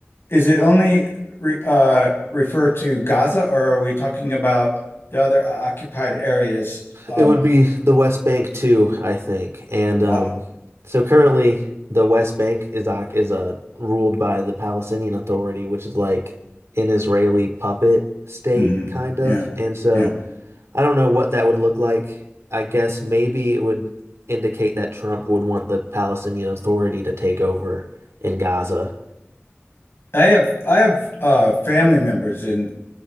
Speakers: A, on the left; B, on the right.
A: is it only re, uh, refer to Gaza, or are we talking about the other occupied areas? Um,
B: It would be the West Bank too, I think. And
A: wow.
B: um, so currently, the West Bank is uh, is uh, ruled by the Palestinian Authority, which is like an Israeli puppet state,
A: Mhm.
B: kind of.
A: Yeah,
B: And so
A: yeah.
B: I don't know what that would look like. I guess maybe it would indicate that Trump would want the Palestinian Authority to take over in Gaza.
A: I have I have uh, family members in